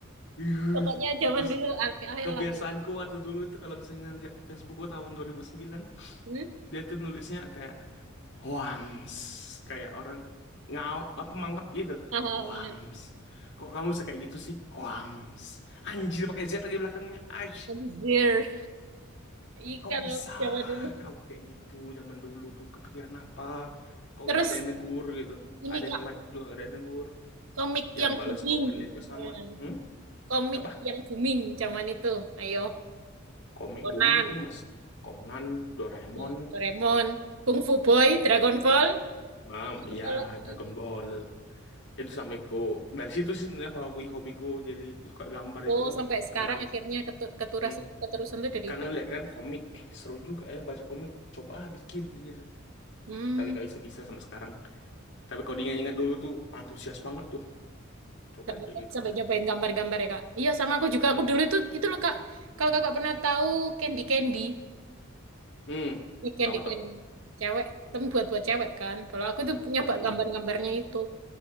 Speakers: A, on the left (about 60°); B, on the right (about 70°).
A: Ih.
B: pokoknya zaman
A: Terus
B: dulu alay alay
A: kebiasaanku
B: lah
A: waktu dulu itu kalau misalnya lihat Facebookku tahun 2009,
B: hmm?
A: dia tuh nulisnya kayak hoams, kayak orang ngau apa mangap gitu.
B: mahal
A: Hoams.
B: banget
A: Kok kamu bisa kayak gitu sih? Hoams. Anjir pakai Z lagi belakangnya. Ay.
B: anjir iya
A: Kok
B: kalau
A: bisa
B: zaman dulu
A: kau kayak gitu zaman dulu tuh kepikiran apa? Kok
B: terus
A: nggak ada yang negur gitu?
B: ini
A: Ada
B: kak
A: yang like juga nggak ada yang negur.
B: komik
A: Yang
B: yang
A: balas
B: booming
A: komennya juga
B: Hmm,
A: sama. Hmm?
B: komik
A: Apa?
B: yang booming zaman itu ayo
A: Komik
B: Conan
A: booming itu masih Conan, Doraemon,
B: hmm, Doraemon Kung Fu Boy Dragon Ball
A: Mam,
B: apalagi
A: ya Dragon Ball. Itu sampai ku dari situ sih sebenarnya hobi-hobiku jadi suka gambar itu
B: oh sampai sekarang
A: ada beli.
B: akhirnya ketu- keterusan
A: Hmm.
B: keterusan tuh dari
A: Karena
B: itu
A: lihat kan komik, eh seru juga ya baca komik. Coba ah bikin gitu.
B: hmm
A: Tapi nggak bisa-bisa sama sekarang. Tapi kalau diingat-ingat dulu tuh antusias banget tuh coba
B: Sampai,
A: kayak gitu.
B: sampai nyobain gambar-gambar ya kak. Iya sama aku juga.
A: Hmm,
B: Aku dulu itu itu loh kak. Kalau kakak pernah tahu Candy Candy,
A: hmm,
B: eh, Candy
A: tahu tahu.
B: Candy, cewek, tapi buat buat cewek kan. Kalau aku tuh nyoba
A: Mm-mm.
B: gambar-gambarnya itu,